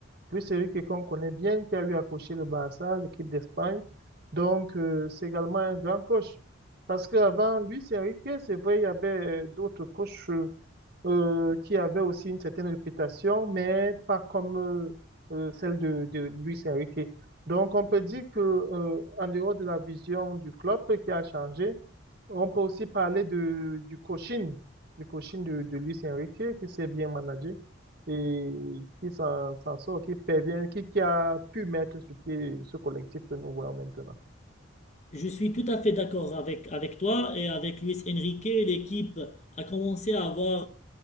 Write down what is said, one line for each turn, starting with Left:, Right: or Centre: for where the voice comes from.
Right: Luis Enrique qu'on connaît bien, qui a eu à coacher le Barça, l'équipe d'Espagne. Donc, euh, c'est également un grand coach. Parce qu'avant Luis Enrique, c'est vrai, il y avait euh, d'autres coachs euh, euh, qui avait aussi une certaine réputation, mais pas comme euh, euh, celle de, de Luis Enrique. Donc, on peut dire que euh, en dehors de la vision du club qui a changé, on peut aussi parler de, du coaching, du coaching de, de Luis Enrique qui s'est bien managé et qui s'en s'en sort, qui parvient, qui, qui a pu mettre sur pied ce collectif que nous voyons maintenant.
Left: Je suis tout à fait d'accord avec, avec toi et avec Luis Enrique. L'équipe a commencé à avoir